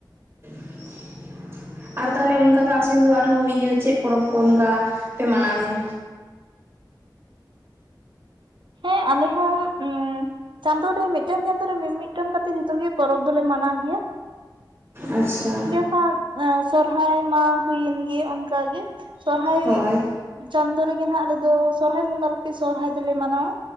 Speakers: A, on the right; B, on the right.
A: ᱾ ᱟᱨ ᱛᱟᱦᱞᱮ ᱚᱱᱠᱟ ᱫᱚ ᱟᱯᱮᱥᱮᱱ ᱫᱚ ᱟᱨᱦᱚᱸ ᱤᱭᱟᱹ ᱪᱮᱫ ᱯᱚᱨᱚᱵᱽ ᱠᱚ ᱚᱱᱠᱟ ᱯᱮ ᱢᱟᱱᱟᱣ ᱜᱮᱭᱟ?
B: ᱦᱮᱸ ᱟᱞᱮᱦᱚ ᱩᱸ ᱾ ᱪᱟᱸᱫᱳ ᱨᱮ ᱢᱤᱫᱴᱟᱝ ᱜᱟᱱ ᱫᱚᱨᱮ ᱢᱤᱫ-ᱢᱤᱫᱴᱟᱝ ᱠᱟᱛᱮᱫ ᱡᱷᱚᱛᱚ ᱜᱮ ᱯᱚᱨᱚᱵᱽ ᱫᱚᱞᱮ ᱢᱟᱱᱟᱣ ᱜᱮᱭᱟ ᱾
A: ᱟᱪᱪᱷᱟ
B: ᱡᱚᱠᱷᱚᱱ ᱥᱚᱨᱦᱟᱭ ᱢᱟ ᱦᱩᱭᱮᱱ ᱜᱮ ᱚᱱᱠᱟᱜᱮ ᱾ ᱥᱚᱨᱦᱟᱭ
A: ᱦᱳᱭ
B: ᱪᱟᱸᱫᱳ ᱨᱮᱜᱮ ᱱᱦᱟᱜ ᱟᱞᱮ ᱫᱚ ᱥᱚᱨᱦᱟᱭ ᱵᱚᱸᱜᱟ ᱞᱮ ᱥᱚᱨᱦᱟᱭ ᱫᱚᱞᱮ ᱢᱟᱱᱟᱣᱟ ᱾